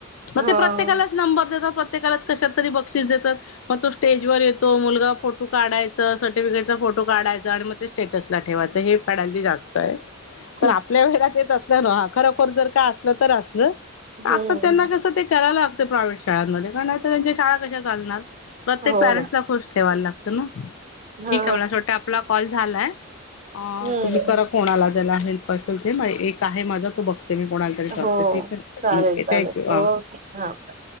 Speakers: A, on the left; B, on the right.
A: म
B: हा
A: ते प्रत्येकालाचं नंबर देतात. प्रत्येकालाचं कशातरी बक्षीस देतात. म तो स्टेज वर येतो मुलगा, फोटू काढायच. सर्टिफिकेटचा फोटो काढायचा आणि मग ते स्टेटसला ठेवायचं हे फॅड हल्ली जास्त आय.
B: खूप
A: पण आपल्या वेलात येत असल न ओ, खरखोर जर काय असलं तर असल
B: हम्म
A: आता त्यांना कसं ते करायला लागते प्रायव्हेट शाळांमध्ये, कारण आता त्यांच्या शाळा कशा चालणार. प्रत्येक
B: हो
A: पॅरेंट्स
B: ना
A: ला खुश ठेवायला लागतं ना,
B: हा
A: ठीक आहे मला अस वाटतय आपला कॉल झालाय. अ
B: हम्म
A: तुम्ही करा कोणाला ज्याला हेल्प असेल ते, मा एक आहे माझा तो बघते मी कोणाला. तरी करते
B: हो
A: ठीक आहे.
B: चालेल
A: ओके
B: चालेल,
A: थँक्यू हा.
B: ओके हा, बाय